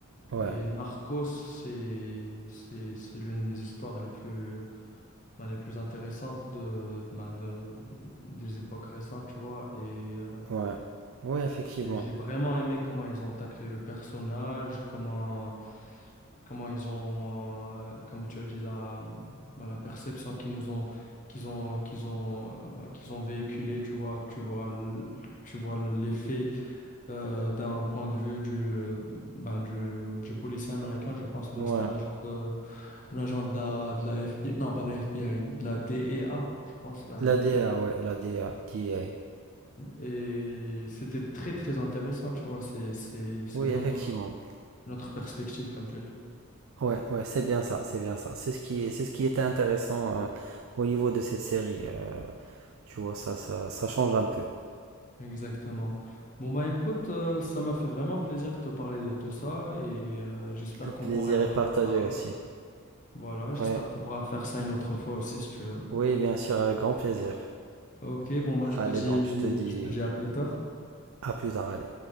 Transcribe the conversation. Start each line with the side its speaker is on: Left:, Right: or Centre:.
Right: ouais,
Left: Et Narcos, c'est, c'est, c'est l'une des histoires les plus, euh, bah, les plus intéressantes de, bah, de, des époques récentes, tu vois. Et euh,
Right: ouais. Oui, effectivement.
Left: j'ai j'ai vraiment aimé comment ils ont taclé le personnage, comment, comment ils ont, euh, comme tu as dit, la, bah, la perception qu'ils nous ont, qu'ils ont, qu'ils ont, euh, bah, qu'ils ont véhiculé, tu vois, tu vois, l- tu vois l'effet euh, d'un point de vue du, euh, ben, du, du policier américain, je pense, ou bien
Right: Ouais.
Left: c'était un agent de, un agent de la, de la FBI, non, pas de la FBI, de la DEA, je pense, la
Right: La
Left: D,
Right: DA, ouais, la DA, DA.
Left: et c'était très, très intéressant, tu vois. C'est, c'est, c'est
Right: Oui,
Left: une
Right: effectivement.
Left: autre, une autre perspective, comme tu as dit.
Right: Ouais, ouais, c'est bien ça, c'est bien ça. C'est ce qui, est- c'est ce qui était intéressant euh, au niveau de cette série. euh. tu vois, ça, ça, ça change un peu.
Left: Exactement. Bon, bah écoute, euh, ça m'a fait vraiment plaisir de te parler de tout ça et euh, j'espère
Right: Le plaisir
Left: qu'on pourrait refaire
Right: est partagé
Left: ça. hein.
Right: aussi.
Left: Voilà, j'espère
Right: Ouais.
Left: qu'on pourra faire ça une autre fois aussi, si tu veux.
Right: Oui, bien sûr, avec grand plaisir.
Left: Ok, bon, bah je
Right: Allez,
Left: te dis,
Right: donc je te dis
Left: je te dis à plus tard.
Right: à plus tard, allez.